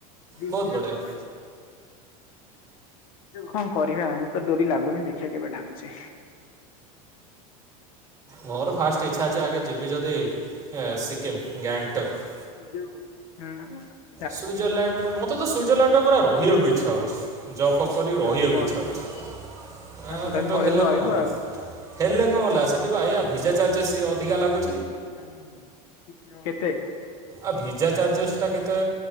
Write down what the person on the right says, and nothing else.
ବହୁତ ବଢ଼ିଆ।
ମୋର ଫାଷ୍ଟ ଇଚ୍ଛା ଅଛି ଆଗେ ଯିବି ଯଦି ଏ ସିକିମ୍ ଗ୍ୟାଙ୍ଗଟକ୍।
ସୁଇଜରଲ୍ୟାଣ୍ଡରେ ମୋତେ ତ ସୁଇଜରଲ୍ୟାଣ୍ଡ ରେ ପୁରା ରହିଆକୁ ଇଚ୍ଛା ହୋଉଚି। ଯବ୍ ଫବ୍ କରି ରହିଆକୁ
ଇଚ୍ଛା ହୋଉଚିବ।
ଆ
କିନ୍ତୁ
ହେଲେ
କଣ ହେଲା।
ହେଲେ କଣ ହେଲା ସେଠି ବା ଏଇଆ ଭିଜା ଚାର୍ଜେସ୍ ଟିକେ ଅଧିକା ଲାଗୁ
ଆଉ ଭିଜା ଚାର୍ଜେସ୍ ଟା କେତେ